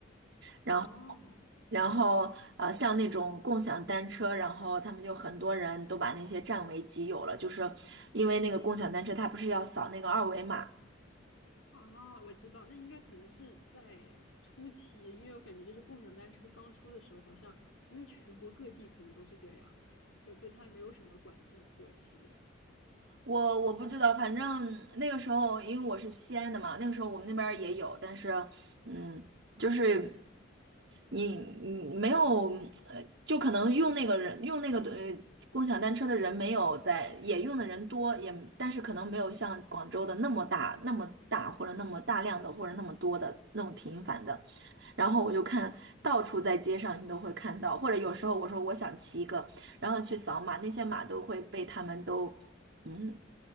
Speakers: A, on the right (about 60°); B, on the left (about 80°).
A: 然后，
B: 哦，
A: 然后呃，像那种共享单车，然后他们就很多人都把那些占为己有了，就是因为那个共享单车它不是要扫那个二维码，
B: 啊，我知道，那应该可能是在初期，因为我感觉就是共享单车刚出的时候，好像应该全国各地可能都是这样，就对它没有什么管制措施，
A: 我我不知道，反正那个时候因为我是西安的嘛，那个时候我们那边儿也有，但是嗯，就是你你没有呃，就可能用那个人用那个呃共享单车的人没有在，也用的人多，也但是可能没有像广州的那么大那么大或者那么大量的或者那么多的那么频繁的。然后我就看到处在街上你都会看到，或者有时候我说我想骑一个，然后去扫码，那些码都会被他们都嗯